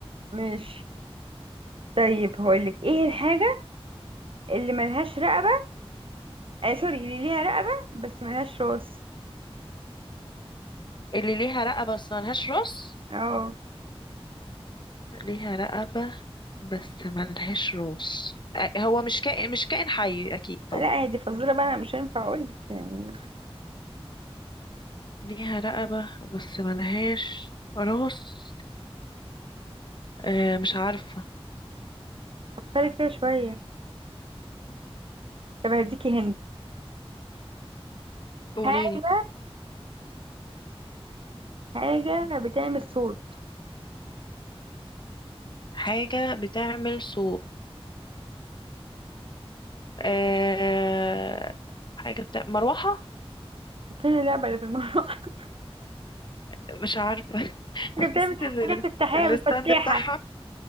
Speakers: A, on the right; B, on the left.
A: ماشي طيب هقول لك ايه الحاجة اللي ملهاش رقبة آه سوري اللي ليها رقبة بس ملهاش راس
B: اللي ليها رقبه بس ملهاش راس
A: اه
B: ليها رقبه بس ملهاش راس أ- هو مش كائن مش كائن حي اكيد طبعا
A: لا هي دي فزورة بقى انا مش هينفع اقول لك يعني
B: ليها رقبه بس ملهاش راس آه مش عارفه
A: فكري كده شوية طب هديكي هنت
B: قوليلي
A: حاجة حاجة بتعمل صوت
B: حاجه بتعمل صوت أه حاجة بتاع مروحة
A: فين اللعبة اللي في المروحة <laughs>
B: مش عارفة <laughs>
A: حاجة بتعمل
B: حسيت
A: حاجة
B: ان ال-
A: بتفتحيها
B: الستاند
A: بالفتاحة
B: بتاعها
A: <laughs>